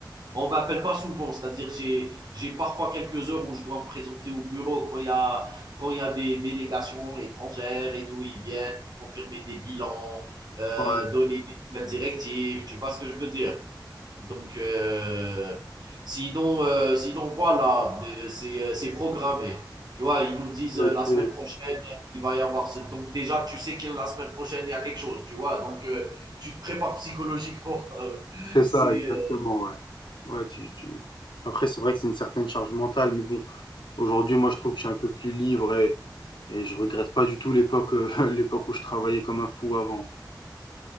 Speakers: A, on the right (about 60°); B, on the left (about 80°).
A: On ne m'appelle pas souvent, c'est-à-dire j'ai j'ai parfois quelques heures où je dois me présenter au bureau quand il y a quand il y a des délégations étrangères et tout, ils viennent pour confirmer des bilans, euh,
B: ouais.
A: donner des nouvelles directives, tu vois ce que je veux dire? Donc euh, sinon euh, sinon voilà, de- c'est euh, c'est programmé. Tu vois, ils nous disent
B: Ok.
A: euh, la semaine prochaine, euh, il va y avoir ce donc déjà tu sais que la semaine prochaine il y a quelque chose, tu vois. Donc euh, tu te prépares psychologiquement. <laughs>
B: C'est ça,
A: c'est
B: exactement,
A: euh,
B: ouais. Ouais, tu, tu... Après, c'est vrai que c'est une certaine charge mentale, mais bon, aujourd'hui, moi, je trouve que je suis un peu plus libre et, et je regrette pas du tout l'époque, euh, <laughs> l'époque où je travaillais comme un fou avant.